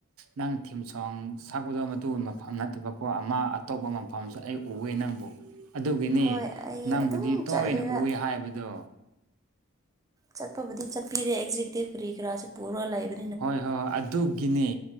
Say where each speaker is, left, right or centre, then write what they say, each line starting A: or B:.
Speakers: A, on the right; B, on the right.
A: ꯅꯪ ꯊꯤꯝ ꯁꯣꯡ ꯁꯛꯄꯗꯣ ꯃꯇꯨꯡꯕ ꯃꯐꯝ ꯅꯠꯇꯕ ꯍ ꯑꯃ ꯑꯇꯣꯞꯄ ꯃꯐꯝꯁꯨ ꯑꯩ ꯎꯋꯦ ꯅꯪꯕꯨ ꯑꯗꯨꯒꯤꯅꯤ
B: ꯍꯣꯏ ꯑꯩ
A: ꯅꯪꯕꯨꯗꯤ
B: ꯑꯗꯨꯝ
A: ꯇꯣꯏꯅ
B: ꯆꯠꯂꯦꯕ
A: ꯎꯏ ꯍꯥꯏꯕꯗꯣ
B: ꯆꯠꯄꯕꯨꯗꯤ ꯆꯠꯄꯤꯔꯦ ꯑꯦꯛꯖꯖꯤꯀꯇꯤꯞ ꯀꯔꯤ ꯀꯔꯥꯁꯦ ꯄꯨꯔꯒ ꯂꯩꯕ
A: ꯍꯣꯏ ꯍꯣꯏ ꯑꯗꯨꯒꯤꯅꯦ